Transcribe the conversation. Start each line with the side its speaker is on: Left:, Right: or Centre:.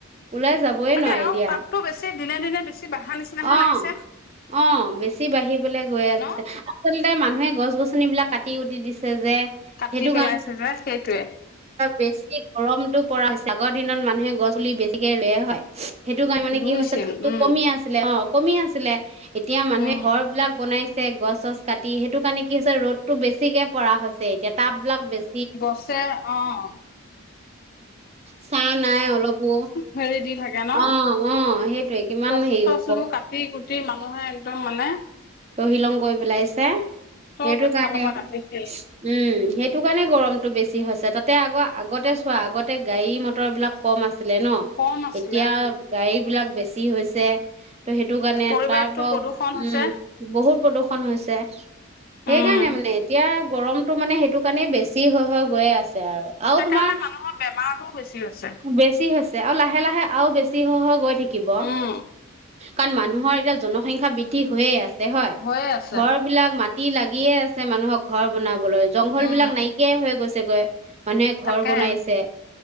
Right: ওলাই যাবই
Left: তাকে
Right: নোৱাৰি
Left: আৰু
Right: দিয়া।
Left: তাপতো বেছি দিনে দিনে বেছি বাঢ়া নিচিনাহে
Right: অ
Left: লাগিছে
Right: অ বেছি বাঢ়িবলৈ গৈ আছে
Left: ন?
Right: আচল লতে মানুহে গছ গছন বিলাক কাটি উটি দিছে যে
Left: কাটি
Right: সেইটো
Left: পেলাইছে
Right: কাৰণে
Left: যে সেইটোৱে
Right: বেছি গৰমটো পৰা হৈছে আগৰ দিনত মানুহে গছ পুলি বেছিকে ৰুৱে হয় সেইটো কাৰণনে
Left: ৰুইছিল
Right: কি হৈছে তাততো
Left: উম,
Right: কমি আছে অঁ কমি আছিলে এতিয়া মানুহে
Left: উম।
Right: ঘৰ বিলাক বনাইছে গছ চছ কাটি সেইটো কাৰণে কি হৈছে ৰ'দতটো বেছিকে পৰা হৈছে এতিয়া টাব বিলাক বেছি
Left: গছে অঁ
Right: ছাঁ নাই অলপো
Left: হেৰি দি থাকে ন?
Right: অঁ অঁ সেইটোৱেই কিমান
Left: গছ
Right: হেৰিও
Left: কাটি কুটি মানুহে একদম মানে
Right: তহিলং গৈ পেলাইছে
Left: চব
Right: সেইটো
Left: এফালৰ
Right: কাৰণে
Left: পৰা কাটি শেষ
Right: উম সেইটো কাৰণে গৰমতটো বেছি হৈছে তাত তাতে আকৌ আগতে চোৱা আগতে গাড়ী মটৰ বিলাক কম আছে আছিল ন
Left: কম আছিলে
Right: এতিয়া
Left: উম,
Right: গাড়ী বিলাক বেছি কি হৈছে ত' সেইটো কাৰণে
Left: পৰিৱেশটো
Right: তাৰ পৰা
Left: প্ৰদূষণ হৈছে
Right: উম বহুত প্ৰদূ্ষন হৈছে সেইকাৰণে
Left: উম,
Right: মানে এতিয়া গৰমটো মানে সেইটো কাৰণে বেছি হৈ হৈ গৈয়ে আছে আৰু আৰু
Left: সেইকাৰণে
Right: তোমাৰ
Left: মানুহৰ বেমাৰতো বেছি হৈছে
Right: বেছি হৈছে আৰু লাহে লাহে আৰু বেছি গৈ থাকি থাকিব
Left: উম।
Right: কাৰণ মানুহৰ এতিয়া জনসংখ্যা বৃদ্ধি হৈয়ে আছে হয়
Left: হৈয়ে আছে।
Right: ঘৰ বিলাক মাটি তি লাগিয়ে আছে মানুহক ঘৰ বনাব জংঘল
Left: উম।
Right: বিলাক নাইকিয়াই হৈ গৈছে গৈ মানে ঘৰ
Left: তাকে
Right: বনাইছে